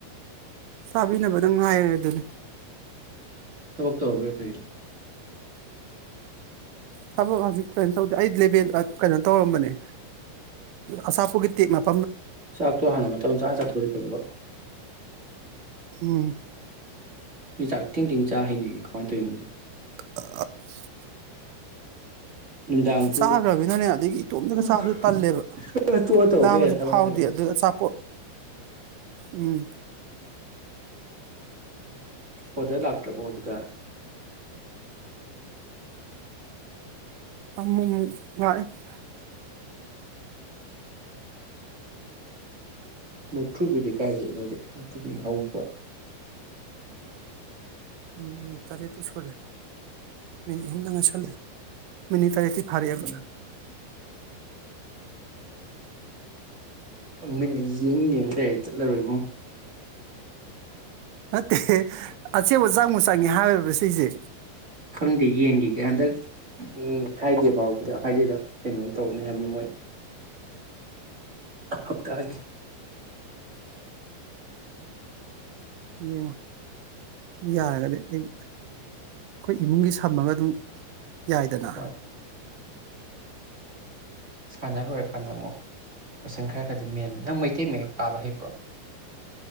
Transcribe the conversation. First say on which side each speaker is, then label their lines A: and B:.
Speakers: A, on the right; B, on the right.
A: ꯆꯥꯕꯤꯅꯕꯗꯪ ꯉꯥꯏꯔꯦ ꯗꯨꯅꯤ
B: ꯊꯕꯛꯇꯧꯕꯩꯔ ꯀꯩꯅꯣ
A: ꯊꯕꯛ ꯍꯧꯖꯤꯛ ꯀꯩꯝ ꯇꯧꯗꯦ ꯑꯩ ꯂꯦꯕꯦꯜꯗ ꯀꯩꯅꯣ ꯇꯧꯔꯝꯕꯅꯦ ꯑꯆꯥꯄꯣꯠꯀꯤ ꯇꯦꯛ ꯅꯞ
B: ꯆꯥꯛꯇꯣ ꯍꯥꯟꯅ ꯃꯇꯝ ꯆꯥꯅ ꯆꯥꯊꯣꯛꯑꯗꯤ ꯐꯗꯕ
A: ꯎꯝ
B: ꯃꯤ ꯆꯥꯛ ꯊꯦꯡ ꯊꯦꯡ ꯆꯥ ꯍꯩꯅꯩꯑꯦ ꯀꯃꯥꯏꯅ ꯇꯧꯅꯣ
A: <unintelligible>
B: ꯅꯨꯡꯗꯥꯡꯁꯨ
A: ꯁꯨꯝ ꯆꯥꯒꯔꯕꯤꯅꯅꯦ ꯑꯗꯒꯤ ꯏꯇꯣꯝꯇꯒ
B: ꯄꯨꯡ
A: ꯆꯥꯕꯖꯨ ꯇꯜꯂꯦꯕ
B: ꯈꯔ ꯇꯣꯛꯑ ꯇꯧꯕ
A: ꯂꯥꯝꯕꯁꯨ
B: ꯌꯥꯏꯗ ꯊꯕꯛ
A: ꯐꯥꯎꯗꯦ
B: ꯃꯈꯩꯗꯣ
A: ꯑꯗꯨ ꯑꯆꯥ ꯎꯝ
B: ꯑꯣꯗꯔ ꯂꯥꯛꯇ꯭ꯔꯥꯕꯣ ꯍꯧꯖꯤꯛꯀꯥꯟ
A: ꯑꯃꯨꯃꯨꯛ ꯂꯥꯛꯏ
B: <unintelligible> ꯃꯨꯛꯊꯔꯨꯕꯤꯗꯤ ꯀꯥꯏꯗꯩ ꯅꯣꯏꯗꯤ ꯃꯨꯛꯊꯔꯨꯕꯤ ꯍꯧꯕ꯭ꯔꯥ <inaudible>
A: ꯎꯝ ꯎꯝ ꯇꯔꯦꯠꯄꯨ ꯁꯨꯔꯦ ꯃꯤꯅꯤ ꯍꯨꯝꯗ ꯉꯥꯏꯁꯜꯂꯠꯑꯦ ꯃꯤꯅꯤꯠ ꯇꯔꯦꯠꯇꯤ ꯐꯔꯦꯕ
B: ꯎꯝ ꯌꯥꯝ ꯌꯦꯡ ꯌꯦꯡ ꯂꯩꯔꯦ ꯆꯠꯂꯔꯣꯏꯕꯣ
A: ꯅꯠꯇꯦ ꯑꯆꯦꯕ ꯆꯥꯡꯃꯨ ꯆꯪꯉ ꯍꯥꯏꯔꯕ ꯁꯤꯁꯦ
B: ꯈꯪꯗꯦ ꯌꯦꯡꯈꯤꯒꯦ ꯍꯟꯗꯛ ꯐ꯭ꯔꯥꯏꯗꯦ ꯐꯥꯎꯕꯗ ꯐ꯭ꯔꯥꯏꯗꯦꯗ ꯄꯦꯃꯦꯟ ꯇꯧꯅꯤ ꯍꯥꯏꯕꯅꯤ ꯃꯣꯏ ꯍꯞꯇꯥꯒ
A: ꯌꯦꯡꯉꯣ ꯌꯥꯔꯒꯗꯤ ꯑꯩ ꯑꯩꯈꯣꯏ ꯏꯃꯨꯡꯒꯤ ꯁꯝꯃꯒ ꯑꯗꯨꯝ ꯌꯥꯏꯗꯅ
B: ꯍꯣꯏ ꯁꯥꯟꯅꯔꯨꯔꯀꯥꯟꯗ ꯑꯃꯨꯛ ꯀꯣꯏꯁꯟ ꯈꯔ ꯈꯔꯗꯤ ꯃꯦꯟꯃꯦ ꯅꯪ ꯃꯩꯇꯩ ꯃꯌꯦꯛ ꯄꯥꯕ ꯍꯩꯕ꯭ꯔꯣ